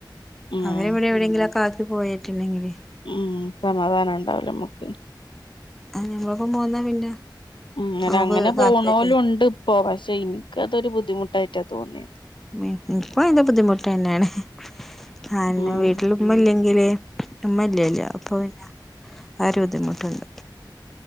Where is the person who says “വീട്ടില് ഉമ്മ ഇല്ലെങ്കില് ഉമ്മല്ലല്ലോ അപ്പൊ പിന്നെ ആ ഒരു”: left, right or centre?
Centre